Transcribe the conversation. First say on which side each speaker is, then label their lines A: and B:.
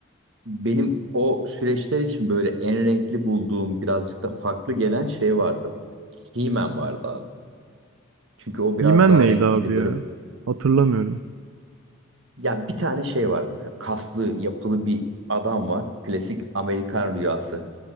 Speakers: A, on the right; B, on the right.
A: Benim o süreçler için böyle en renkli bulduğum birazcık da farklı gelen şey vardı. He-Man vardı abi. Çünkü o biraz
B: He-Man
A: daha
B: neydi
A: renkliydi.
B: abi ya?
A: Böyle
B: Hatırlamıyorum.
A: Ya bir tane şey var böyle kaslı yapılı bir adam var. Klasik Amerikan rüyası.